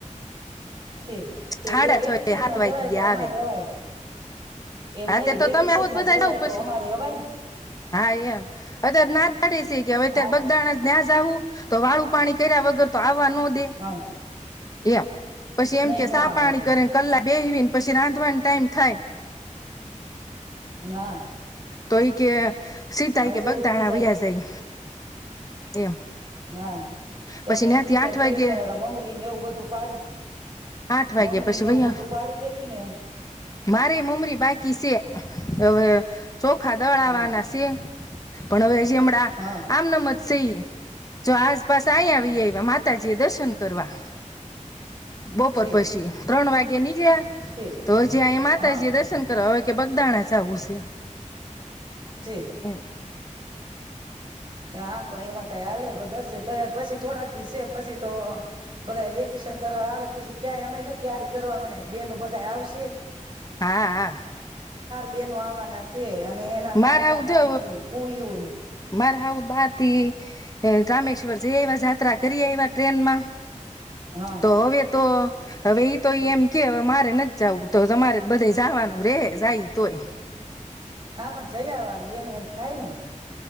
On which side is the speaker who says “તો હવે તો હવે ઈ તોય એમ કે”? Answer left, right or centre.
Left